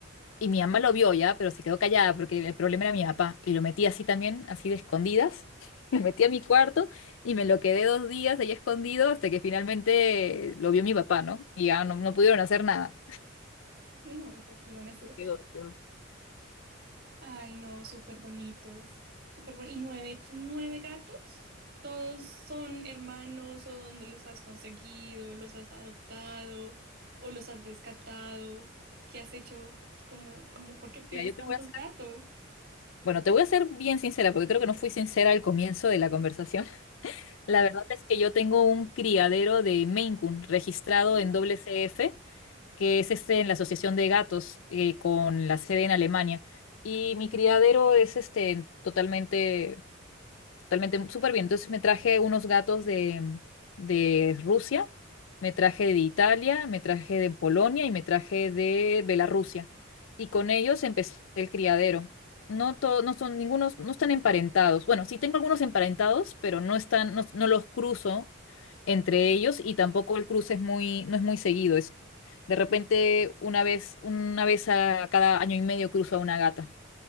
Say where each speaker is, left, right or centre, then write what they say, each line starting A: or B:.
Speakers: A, on the left; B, on the right.
A: Y mi mamá lo vio ya, pero se quedó callada porque el problema era mi papá. Y lo metí así también, así de escondidas. <laughs> me metí a mi cuarto y me lo quedé dos días ahí escondido hasta que finalmente lo vio mi papá, ¿no? Y ya no, no pudieron hacer nada.
B: Y No, ya que iban a hacer.
A: Se quedó, se quedó.
B: Ay, no, súper bonitos. Súper boni- Y nueve, nueve gatos, todos son hermanos o dónde los has conseguido, los has adoptado o los has rescatado. ¿Qué has hecho? ¿Cómo, cómo, por qué tienes
A: Mira, yo te
B: tantos
A: voy a hacer...
B: gatos?
A: Bueno, te voy a ser bien sincera porque creo que no fui sincera al comienzo de la conversación. <laughs> La verdad es que yo tengo un criadero de Maine Coon registrado
B: Ah,
A: en WCF que es este, en la Asociación de Gatos, eh, con la sede en Alemania. Y mi criadero es este, totalmente Totalmente súper bien. Entonces me traje unos gatos de, de Rusia, me traje de Italia, me traje de Polonia y me traje de Bielorrusia. Y con ellos empecé el criadero. No to- no son ningunos, no están emparentados. Bueno, sí tengo algunos emparentados, pero no están, no, no los cruzo entre ellos y tampoco el cruce es muy, no es muy seguido. Es de repente una vez, una vez a cada año y medio cruzo a una gata